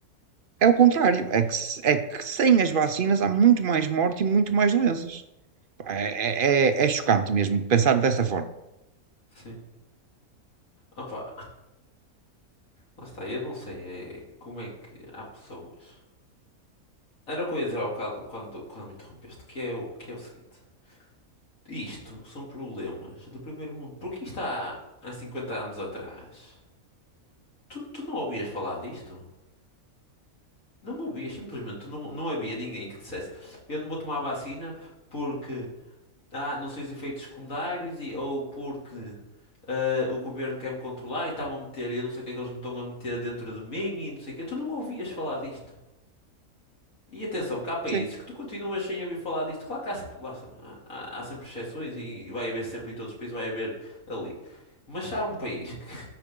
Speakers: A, on the right; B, on the left.
A: é o contrário, é que, se- é que sem as vacinas há muito mais morte e muito mais doenças. Pá, É, é, é é chocante mesmo pensar dessa forma.
B: Sim. Opa, lá está, eu não sei é, como é que há pessoas. Era o que eu ia dizer há bocado quando, quando me interrompeste, que é o, que é o seguinte. Isto são problemas do primeiro mundo. Porque isto há, há 50 anos atrás. Tu, tu não ouvias falar disto? Não ouvias, simplesmente. Tu não, não havia ninguém que dissesse: Eu não vou tomar a vacina porque ah, não sei os efeitos secundários e, ou porque ah, o governo quer me controlar e está-me a meter. e Eu não sei o que é que eles me estão a meter dentro de mim e não sei o que. Tu não ouvias falar disto. E atenção, que há países
A: Sim,
B: que tu continuas sem ouvir falar disto. Claro que há sempre, lá está, há, há- há sempre exceções e vai haver sempre em todos os países, vai haver ali. Mas se há um país que,